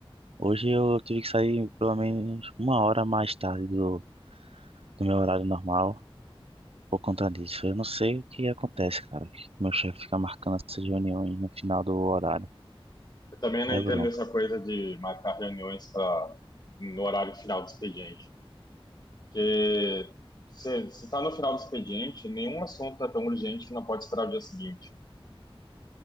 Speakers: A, on the right; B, on the left.
A: Hoje eu tive que sair pelo menos uma hora mais tarde do, do meu horário normal por conta disso. Eu não sei o que acontece, cara. Meu chefe fica marcando essas reuniões no final do horário.
B: Eu também não entendo
A: É bronca.
B: essa coisa de marcar reuniões para no horário final do expediente. Porque se está no final do expediente, nenhum assunto é tão urgente que não pode esperar o dia seguinte.